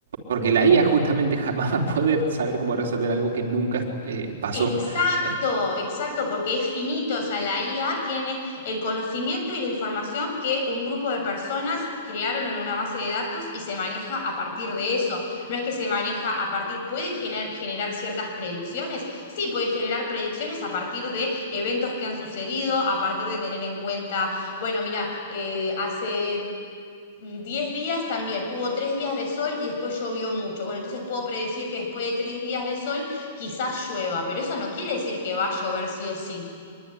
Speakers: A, on the right; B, on the left.
A: porque la IA justamente <laughs> jamás va a poder saber cómo resolver algo que nunca eh, pasó.
B: Exacto,
A: Eh,
B: exacto, porque es finito, o sea, la IA tiene el conocimiento y la información que un grupo de personas crearon en una base de datos y se maneja a partir de eso. No es que se maneja a partir, puede gener- generar ciertas predicciones, sí, puede generar predicciones a partir de eventos que han sucedido, a partir de tener en cuenta, bueno, mira, eh, hace mm, 10 días también, hubo 3 días de sol y después llovió mucho. Bueno, entonces puedo predecir que después de 3 días de sol quizás llueva, pero eso no quiere decir que va a llover sí o sí.